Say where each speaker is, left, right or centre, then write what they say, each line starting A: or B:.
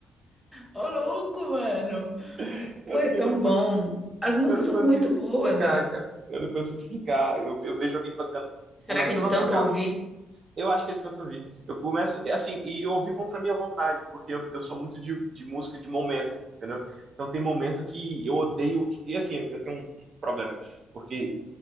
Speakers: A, in the centre; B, on the right (about 50°).
A: Ô, louco, mano.
B: <laughs> Eu,
A: Pô, é
B: tenho-
A: tão
B: eu não
A: bom.
B: consigo.
A: As músicas
B: Eu não
A: são
B: consigo
A: muito
B: explicar,
A: boas, velho.
B: cara. Eu não consigo explicar. Eu, eu vejo alguém tocando,
A: Será
B: começando
A: que é de tanto
B: a tocar.
A: ouvir?
B: Eu acho que eles tentam ouvir. Eu começo, assim, e eu ouvi contra a minha vontade, porque eu, eu sou muito de, de música de momento, entendeu? Então tem momento que eu odeio. que- E assim, eu tenho um problema, porque